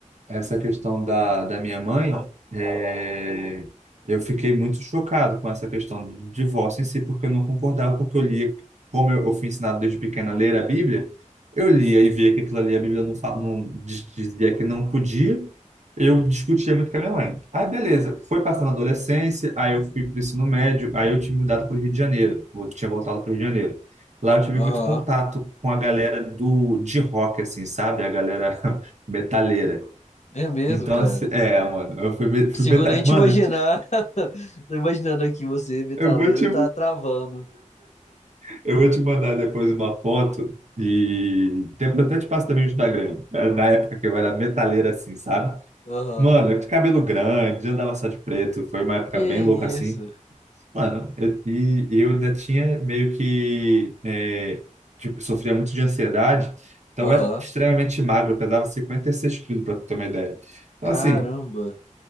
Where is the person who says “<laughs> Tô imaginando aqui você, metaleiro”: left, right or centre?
Left